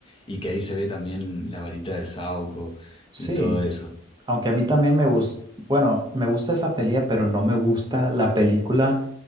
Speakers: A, on the left (about 25°); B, on the right (about 20°).
A: Y que ahí se ve también la varita de Sauco
B: sí.
A: y todo eso.
B: Aunque a mí también me gusta, bueno, me gusta esa pelea, pero no me gusta la película